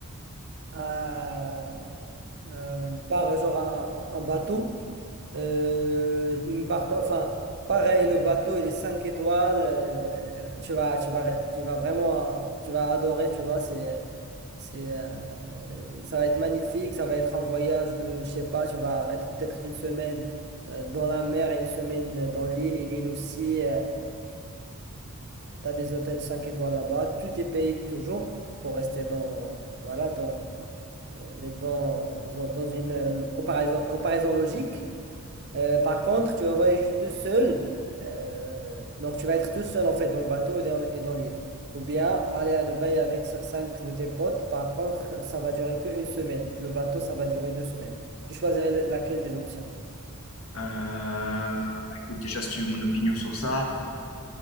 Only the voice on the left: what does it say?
euh, bah écoute, déjà, si tu veux mon opinion sur ça,